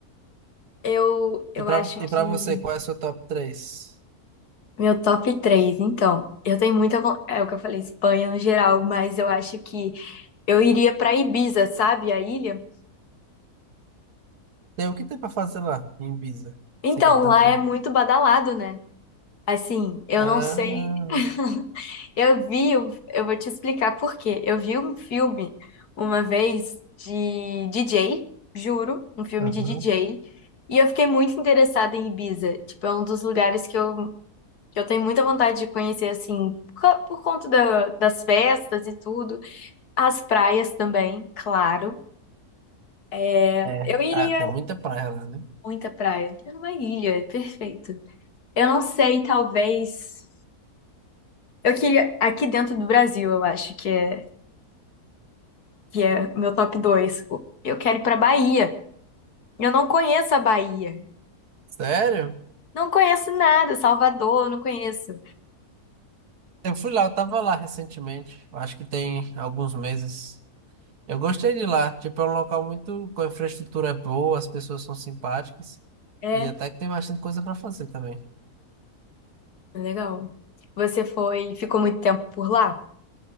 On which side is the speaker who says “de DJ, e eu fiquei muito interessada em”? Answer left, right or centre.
Left